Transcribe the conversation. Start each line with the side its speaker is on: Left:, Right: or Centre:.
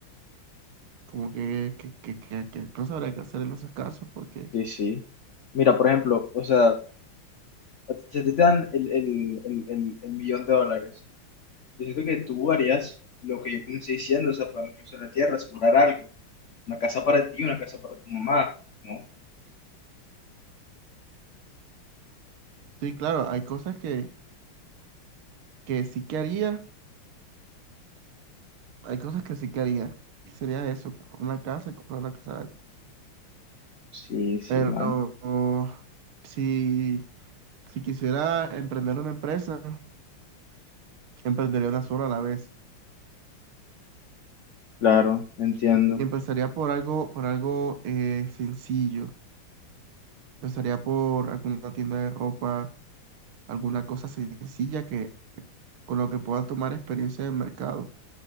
Right: como que, que, que, que, que no sabría qué hacer en esos casos porque...
Left: Sí, sí. Mira, por ejemplo, o sea, a ti- si a ti te dan el, el, el, el, el millón de dólares, yo siento que tú harías lo que yo comencé diciendo, o sea, para el precio de la tierra, asegurar algo, una casa para ti, una casa para tu mamá, ¿no?
Right: Sí, claro, hay cosas que, que sí que haría, hay cosas que sí que haría. Y sería eso, comprar una casa y comprar una casa.
Left: Sí, sí,
Right: Pero
Left: man.
Right: oh, si, si quisiera emprender una empresa, emprendería una sola a la vez.
Left: Claro, entiendo,
Right: Y, y empezaría por algo, por algo eh, sencillo. Empezaría por alguna tienda de ropa, alguna cosa sencilla que con lo que pueda tomar experiencia de mercado.